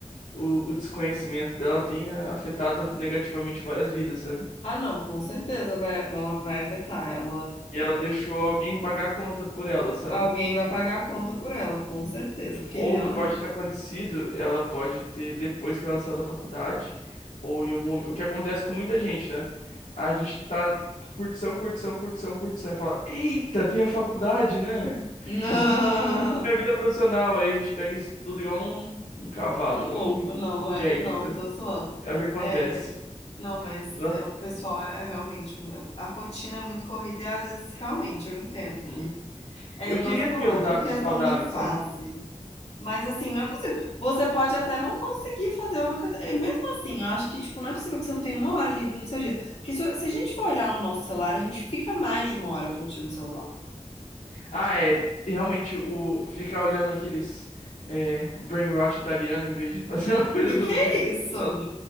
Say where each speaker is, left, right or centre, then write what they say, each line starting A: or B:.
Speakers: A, on the left; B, on the left.
A: o, o desconhecimento dela tenha afetado negativamente várias vidas, sabe?
B: Ah, não, com certeza vai, vão, vai afetar ela.
A: E
B: eu-
A: ela deixou alguém pagar a conta por ela, sabe?
B: alguém vai pagar a conta por ela, com certeza,
A: O que-
B: porque
A: Ou
B: realmente.
A: o que pode ter acontecido, ela pode ter depois que ela saiu da faculdade, ou em algum momento. O que acontece com muita gente, né? A gente tá curtição, curtição, curtição, curtição, e fala: Eita, tem a faculdade, né?
B: <laughs> Não,
A: <laughs> Tem a vida profissional. Aí a gente pega isso tudo igual um, um cavalo,
B: um
A: igual
B: louco,
A: um
B: não, é,
A: jegue,
B: não,
A: né?
B: eu tô zoando.
A: É o que acontece.
B: É, não, mas
A: né?
B: é, o pessoal é, é realmente. mu- eu- A rotina é muito corrida e às vezes realmente eu entendo
A: Hum.
B: que. É
A: Eu
B: igual
A: queria
B: você falou,
A: ter os
B: é tudo
A: hábitos
B: questão
A: saudáveis,
B: de fase.
A: sabe?
B: Mas assim, não é possível. Você pode até não conseguir fazer uma cadeira. Mesmo assim, eu acho que, tipo, não é possível que você não tenha uma hora livre no seu dia. Porque se, se a gente for olhar no nosso celular, a gente fica mais de uma hora por dia no celular.
A: Ah, é. Realmente, o ficar olhando aqueles é, brain rot italiano em vez de fazer <laughs> uma coisa
B: Que
A: produtiva,
B: que é isso?
A: aquelas,